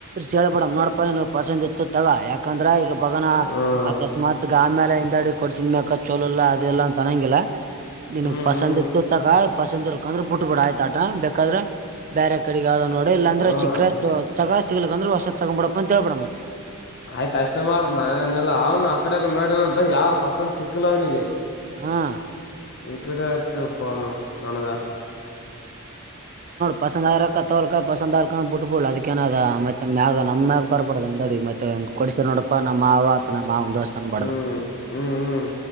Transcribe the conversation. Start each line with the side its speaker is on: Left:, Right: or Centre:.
Right: ಸೇಳ್ಬಿಡ ನೋಪ ನೀವು ಪಸಂದ್ ಇತ್ತು ತಗ ಯಾಕಂದ್ರೆ ಈಗ ಬಗನ
Left: ಹ್ಮ್
Right: ಅಕಸ್ಮಾತ್ಗ ಆಮೇಲೆ ಹಿಂದಾಡಿ ಕೊಡ್ಸನ್ ಮಕ ಚೋಲ ಎಲ್ಲ ಅದೆ ಎಲ್ಲ ಅ ತನ್ನಂಗಿಲ್ಲ ನಿನ
Left: ಹ್ಮ್
Right: ಪಸಂದ
Left: ಹ್ಮ್
Right: ಇತ್ತು ತಕ ಪಸಂದಿ ಇರ್ಕಂದ್ರೆ ಬಿಟ್ಟ ಬಿಡ ಆಯ್ತ ಆಟ ಬೇಕಾದ್ರೆ ಬೇರೆ ಕಡೆಗ್ ಯಾವ್ದದ್ ನೋಡ ಇಲ್ಲಾಂದ್ರೆ
Left: ಹ್ಮ್
Right: ಸಿಕ್ಕ್ರ ತಗ ಸಿಗಲಕ್ಂದ್ರ ವರ್ಷ ತಗೊಂಬ ಬಿಡಪ್ಪ ಅಂತ ಹೇಳಳ್ಬೇಡ ಮತ್ತ
Left: ಆಯ್ತ ಅಷ್ಟೇ ಮಾಡತ ನಾನನಲ್ಲ ಅವ್ನು ಆ ಕಡೆಗ ನೋಡನ ಅಂತ ಯಾವ್ ಪಸಂದ ಸಿಕ್ಕಿಲ್ಲ ಅವ್ನಿಗೆ
Right: ಹಾ
Left: ಈ ಕಡೆಚನ ಪಣ ನನಗಾ
Right: ಪಸಂದ ಆಕ್ಕ ತೋಲ್ಕ ಪಸಂದ ಆಳ್ಕ ಬಿುಬುಡ್ ಅದಕ್ಕಏನಾದದ ಮೆ ಮ್ಯಾಗ ನಮ್ಗ ಬರಬಡದುದಡ ಮತ್ತ ಕೊಡಸರ್ ನೋಡಪ್ಪಾ ನಮ್ಮ್ ಆವ ಆತನ ನ ಹಿಂದಸ್ತಾನ ಬಡದ
Left: ಹ್ಮ್ ಹ್ಮ್ ಹ್ಮ್